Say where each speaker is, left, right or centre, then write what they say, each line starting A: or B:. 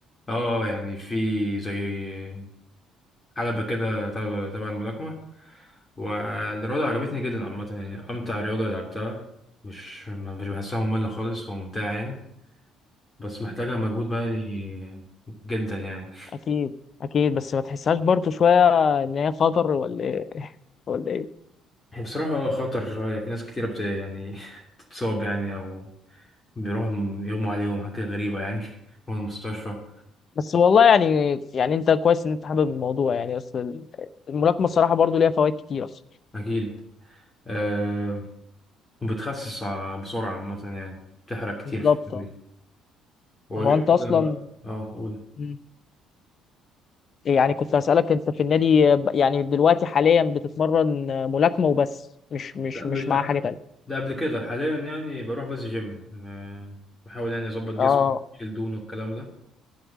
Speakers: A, on the left; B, on the left.
A: اه يعني في زي حلبة كده تبع تبع الملاكمة والرياضة عجبتني جدا عامة يعني أمتع رياضة لعبتها مش مش بحسها مملة خالص وممتعة يعني بس محتاجة مجهود بدني جدا يعني
B: اكيد اكيد بس ما تحسهاش برضو شويه ان هي خطر ولا ايه <laughs> ولا ايه
A: هي بصراحة خطر شوية في ناس كتيرة بت يعني <laughs> تتصاب يعني أو بيروحوا م- يغموا عليهم حاجات غريبة يعني <laughs> يروحوا المستشفى
B: بس والله يعني يعني انت كويس ان انت حابب الموضوع يعني اصل الملاكمه الصراحه برضو ليها فوائد كتير اصلا
A: أكيد أه وبتخسس ع- بسرعة عامة يعني بتحرق كتير
B: بالظبط
A: في الدوري
B: اه
A: وغير
B: طب هو انت
A: كده
B: اصلا
A: اه قول
B: مم. يعني كنت هسألك انت في النادي ب- يعني دلوقتي حاليا بتتمرن ملاكمه وبس مش مش
A: لا مش
B: مش
A: ده
B: مع حاجه تانية
A: ده قبل كده حاليا يعني بروح بس جيم آه، بحاول يعني أظبط جسمي
B: اه
A: أشيل دهون والكلام ده